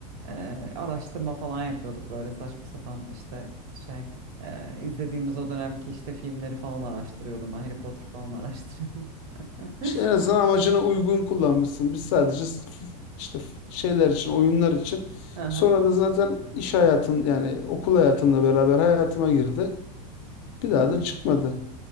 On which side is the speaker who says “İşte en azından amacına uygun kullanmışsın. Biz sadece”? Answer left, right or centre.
Left